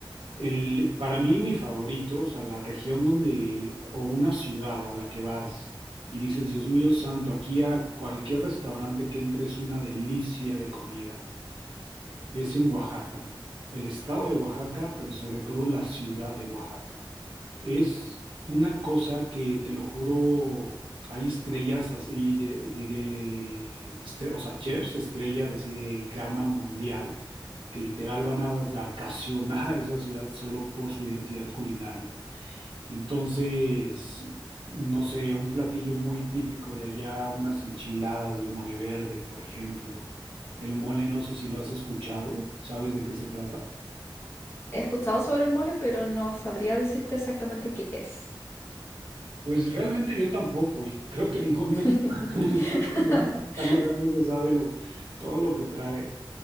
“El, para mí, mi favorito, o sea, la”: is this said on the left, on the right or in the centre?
Right